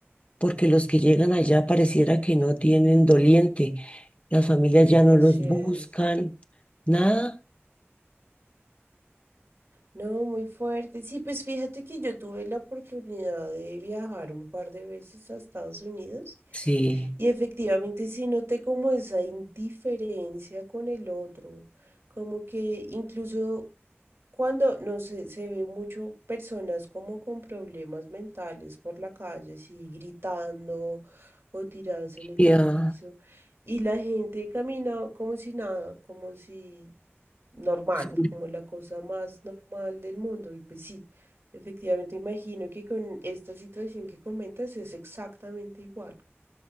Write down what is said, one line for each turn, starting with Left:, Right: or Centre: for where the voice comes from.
Left: porque los que llegan allá pareciera que no tienen doliente, las familias ya no
Right: Así
Left: los buscan,
Right: es.
Left: nada,
Right: No, muy fuerte. Sí, pues fíjate que yo tuve la oportunidad de viajar un par de veces a Estados Unidos
Left: sí.
Right: y efectivamente sí noté como esa indiferencia con el otro, como que incluso cuando no sé, se ve mucho personas como con problemas mentales por la calle, así gritando o tiradas en el
Left: Ya,
Right: piso, y la gente camina como si nada, como si normal,
Left: sí,
Right: como la cosa más normal del mundo. Y pues sí, efectivamente imagino que con esta situación que comentas es exactamente igual.